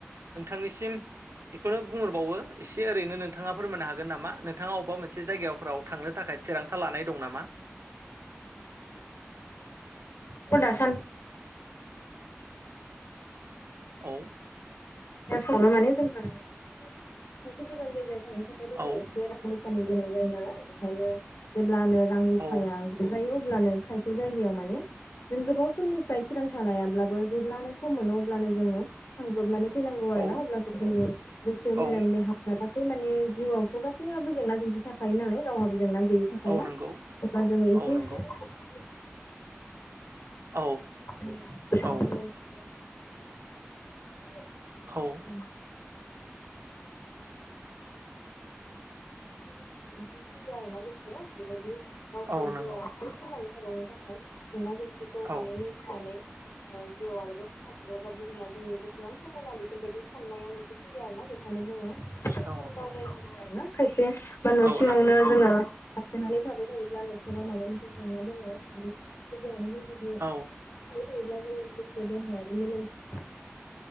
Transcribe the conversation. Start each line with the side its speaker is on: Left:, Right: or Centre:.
Right: नोंथांनिसिम बेखौनो बुंहरबावो एसे ओरैनो नोंथाङा फोरमायनो हागोन नामा नोंथ नोंथाङा अबेबा मोनसे जायगाफोराव थांनो थाखाय थिरांथा लानाय दं नामा?
Left: फ दा सान
Right: औ
Left: सावनो माने जोंहा सासे गोजान जायगायाव थांनो थाखाय द
Right: औ
Left: एसे रफानि गोनां जायो नालाय बेखायनो जेब्लानो रां रुफाया
Right: औ
Left: नुजायो अब्लानो खायसे जायगायाव माने जों गोबाव समनिफ्राय थिरांथा लायाब्लाबो जेब्लानो सम मोनो अब्लानो जोङो थांब्लबनानै फैनांगौ आरो
Right: औ
Left: ना अब्लासो जोंनि गोसोे मेलेम
Right: औ
Left: देहा द गासै माने जिउआवथ' गासैयाबबो जेंना जेंसि थाखायो नालाय रावहाबो जेंना गैयि थाखाया
Right: औ नंगौ
Left: अब्ला जोङो एसे
Right: औ नंगौ
Left: एसे बेरायनानै
Right: औ
Left: माम
Right: औ
Left: <inaudible> <inaudible>
Right: औ
Left: माने मोनसे गदां सानसो फैयो आरोना गोसोआव बेबायदि गावखौ
Right: औ नंगौ
Left: जिउआव आथिं थांनानै थाबावनो थाखाय जेंना जेंसिखौ
Right: औ
Left: माने नेथिनानै जिउआव आरोबाव थांना थाङोबा बुहुमा जोंनि बेसेबां समायना बेफोरबायदि साननाया मोनसे फैया आरोना बेखायनो जोङो
Right: औ औ
Left: आवगायनांगौ आरो ना खायसे बा न'
Right: औ
Left: सिङावनो
Right: नंगौ
Left: जोङो हाबसोनानै थाबाय थायोब्ला न'खराव माबा मोनसे जेंना दङ बिनि गेजेरावनो जुदि
Right: औ
Left: थाबाय थायोब्ला जोंनि गोसो देहाया रिमोद्रा